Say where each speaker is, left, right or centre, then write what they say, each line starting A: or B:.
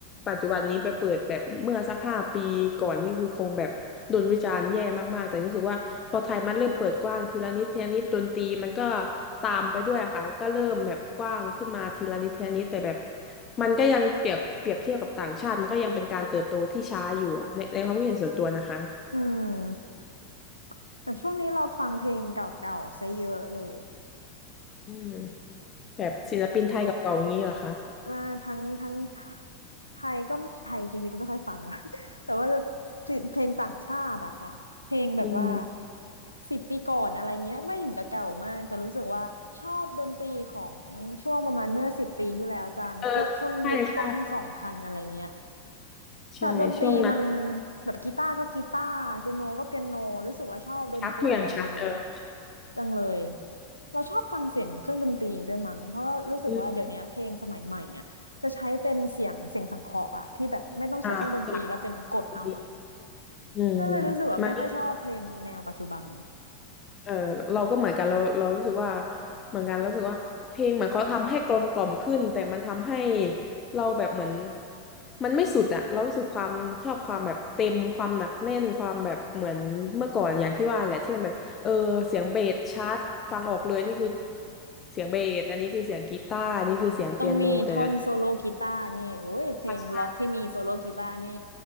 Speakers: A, on the left; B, on the left.
A: ปัจจุบันนี้ไปเปิดแบบเมื่อสักห้าปีก่อนนี่คือคงแบบโดนวิจารณ์แย่มากๆแต่รู้สึกว่าพอไทยมันเริ่มเปิดกว้างทีละนิดทีละนิดดนตรีมันก็ตามไปด้วยค่ะก็เริ่มแบบกว้างขึ้นมาทีละนิดทีละนิดแต่แบบมันก็ยังเปรียบเปรียบเทียบกับต่างชาติมันก็ยังเป็นการเติบโตที่ช้าอยู่อะในในความคิดเห็นส่วนตัวนะคะ
B: อืมแต่ช่วงนี้เราฟังเพลงเก่าๆซะเยอะเลย
A: อืมแบบศิลปินไทยกับเก่าอย่างนี้เหรอคะ
B: ว่าทั้งทั้งไทยก็ไทยจริงๆก็ไม่ค่อยฟังว่ะ <laughs> แต่ว่าจะเพลงต่างชาติอะค่ะเพลงแบบว่า
A: อืม
B: สิบปีก่อนอะไรเงี้ยก็ไม่ถึงกับเก่ามากแต่รู้สึกว่าชอบดนตรีของช่วงประมาณเมื่อสิบปีที่แล้วจังพวกช่วงยุคต้นสองพันอะไรเงี้ย
A: เออใช่ใช่ใช่ช่วงนั้น
B: แต่ดนตรีมันแบบกีตาร์ก็กีตาร์เปียโนก็เปียโนรู้สึกว่าชอบดนตรีแบบนี้
A: ชัดทุกอย่างชัดเออ
B: จังเลยเราชอบฟังเสียงเครื่องดนตรีด้วยมั้งเพราะว่ารู้สึกว่าเดี๋ยวนี้เพลงสมัยใหม่อ่ะจะใช้เป็นเสียงเสียงสังเคราะห์อ่ะที่แบบไม่ต้องใช้เครื่องดนตรีแล้วเป็นกดเอาอ่ะ
A: อืมอ่าจากนี้อืม
B: ก็เลยรู้สึกว่าไม่ค่อยชอบเพลงแนวปัจจุบัน
A: มันก็เออเราก็เหมือนกันเราเรารู้สึกว่าเหมือนกันเรารู้สึกว่าเพลงเหมือนเขาทำให้กลมกล่อมขึ้นแต่มันทำให้เราแบบเหมือนมันไม่สุดอะเรารู้สึกความชอบความแบบเต็มความหนักแน่นความแบบเหมือนเมื่อก่อนอย่างที่ว่าแหละที่มันแบบเออเสียงเบสชัดฟังออกเลยนี่คือเสียงเบสอันนี้คือเสียงกีตาร์อันนี่คือเสียงเปียโนแต่
B: ต้องมีท่อนโซโล่กีตาร์นี่โอ้ยเพลงล็อกที่มีโซโล่กีตาร์นี่
A: ใช่